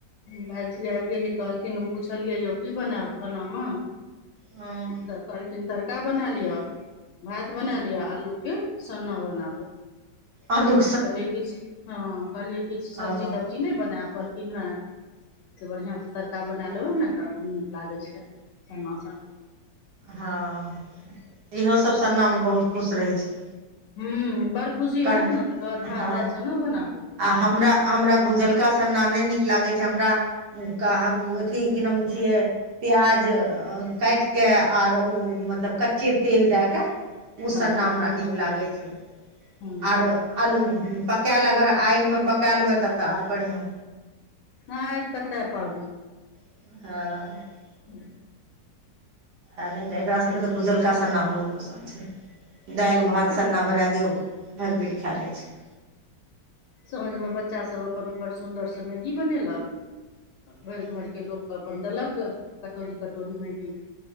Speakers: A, on the left; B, on the right.
A: भाजी आबि गेली कहलखिन हम पुछलियै यौ कि बनायब खाना मे
B: हँ
A: तऽ कहलखिन तड़का बना लिआ भात
B: हँ
A: बना लिआ आल्लू के सना बनाबू
B: आलू।
A: कहलियै किछु हँ कहलियै किछु सब्जी
B: ओ
A: तब्जी नहि बनायब कहलखिन नै से बढ़िआसँ तड़का बना लेबै ने तऽ ओ नीक लागै छै चन्ना सभ
B: हँ इहो सभ सनामे बहुत खुश रहै छै
A: ह बड़ खुशी
B: कन
A: होत ने तऽ कर कह बाद भात
B: हँ
A: दालिसँ ने बनाबू
B: हमरा हमरा भुजलका सन्ना नहि नीक लागैत छै हमरा कह हम अथी कि नाम छियै प्याज काटि कऽ आर ओ मतलब कच्चे तेल दय कऽ उ सन्ना
A: हँ हरा
B: हमरा
A: मरचाइ
B: नीक लागै छै
A: हूँ
B: आरो अल-पकायल अगर आगिमे पका लेबै तऽ तब तऽ आर बढ़ियाँ
A: हाँ कतऽ पाबि
B: <unintelligible>
A: हूँ
B: आ नहि तऽ एकरा सभकेँ तऽ भुजलका सन्ना बहुत पसन्द छै
A: हँ
B: दालि भात सन्ना बना दियौ भरपेट खा लै छै
A: साँझमे बच्चा सभ अपन बड्ड सुन्दरसँ मैगी बनेलक भरि
B: हूँ
A: घर के लोकके अपन देलक कटोरी कटोरी मे भी